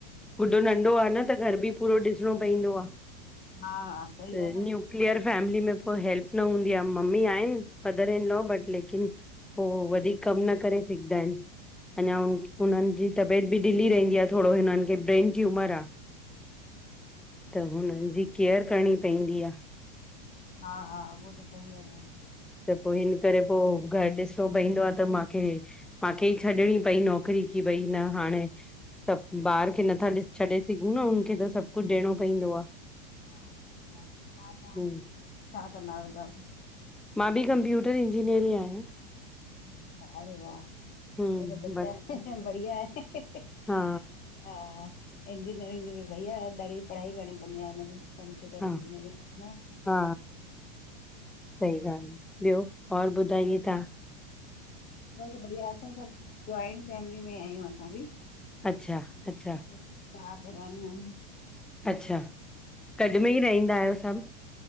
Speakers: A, in the centre; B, on the left.
A: गुड्डो नंढो आ न। त घर बि पूरो ॾिसणो पईदो आ
B: हा हा सही
A: त न्यू
B: आहे न
A: न्यूक्लियर फैमिली में पो हेल्प न हूंदी आ मम्मी आहिन मदर इन लॉ बट लेक किन पो वधीक कम न करे सघदा अहिन अञा
B: अच्छा
A: हुनन जी त ट बि ढिलली रहंदी आ थोरो हिनन खे ब्रेन ट्यूमर आ। त हुनन जी केयर करणी पईंदी आ।
B: हा हा उहो त सही आहे भे
A: त पो हिन करे पो घर ॾिसणो पईंदो आ त माखे मांखे ई छॾिणी पई नौकिरी की भई न हाणे सभ ॿार खे नथा छॾे डि सघूं न हुनखे त सभ कुझ ॾियणो पईंदो आ।
B: हा सही आ, तां छा
A: हूं
B: छा कंदा आयो जॉब?
A: मां बि कंप्यूटर इंजीनियर ई आयां।
B: अरे वाह
A: हूं
B: हे त बढ़िया
A: बस
B: ए बढ़िया ए।
A: हा,
B: हा, इंजीनियरिंग जी बि भैया अ ॾाढी पढ़ाई करिणी पवंदी आ हिनजी। कंप्यूटर
A: हा
B: इंजिनीयरींग, न।
A: हा, सही ॻाल, ॿियो और ॿुधाई तहां।
B: ॿियो सभ बढ़िया असां सभ जॉइंट फैमिली में आयूं असां बि
A: अच्छा अच्छा।
B: असां चार डेरानी आयूं।
A: अच्छा, गॾ में ई रहींदा आयो सभ?